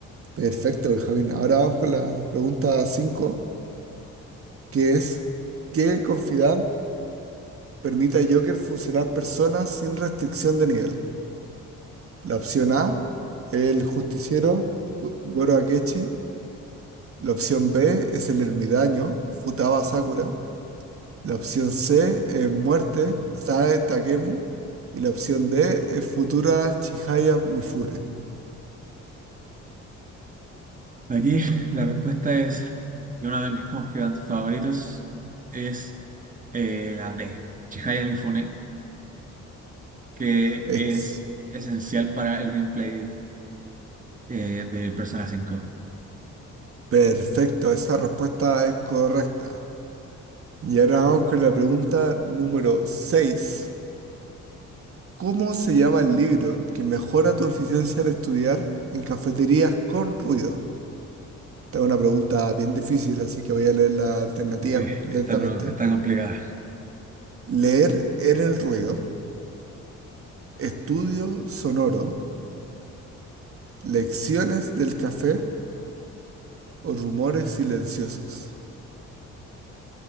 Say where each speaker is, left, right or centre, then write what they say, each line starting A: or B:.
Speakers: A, on the right; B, on the right.
A: Perfecto, Benjamín. Ahora vamos con la pregunta 5, que es ¿qué confidad Permite a Joker funcionar personas sin restricción de nivel. La opción A, el justiciero Go- Goro Akechi. La opción B es el ermitaño Futaba Sakura. La opción C es muerte Sae Takemi. Y la opción D es futura Chihaya Mifune.
B: Aquí <laughs> la respuesta es, y uno de mis confidants favoritos es eh, la D, Chihaya Mifune, que
A: Ex.
B: es esencial para el gameplay eh, de Persona cinco
A: Perfecto, esa respuesta es correcta. Y ahora vamos con la pregunta número 6. ¿Cómo se llama el libro que mejora tu eficiencia al estudiar en cafeterías con ruido? Esta es una pregunta bien difícil, así que voy a leer las alternativas
B: Sí,
A: lentamente.
B: esta pregunta está complicada.
A: Leer en el ruido, estudio sonoro, lecciones del café o rumores silenciosos.